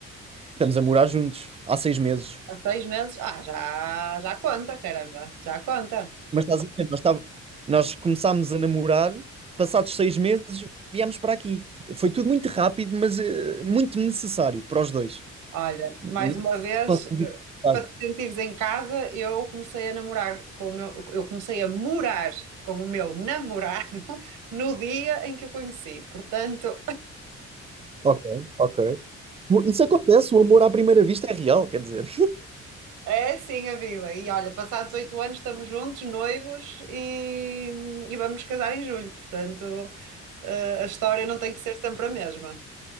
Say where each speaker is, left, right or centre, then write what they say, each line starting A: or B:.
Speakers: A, on the right; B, on the right.
A: Estamos a morar juntos há seis meses.
B: Há seis meses? Ah, já, já conta, caramba, já conta.
A: Mas estás a ver, nós, estava- nós começámos a namorar, passados seis meses viemos para aqui. Foi tudo muito rápido, mas eh, muito necessário para os dois.
B: Olha,
A: Não
B: mais uma vez,
A: consegui
B: eh,
A: explicar.
B: para te sentires em casa, eu comecei a namorar com o meu, eu comecei a morar com o meu namorado <laughs> no dia em que o conheci. Portanto,
A: Ok, ok. Isso acontece, o amor à primeira vista é real, quer dizer.
B: é assim a vida. E olha, passados oito anos estamos juntos, noivos, e, e vamos casar em julho. Portanto, eh, a história não tem que ser sempre a mesma.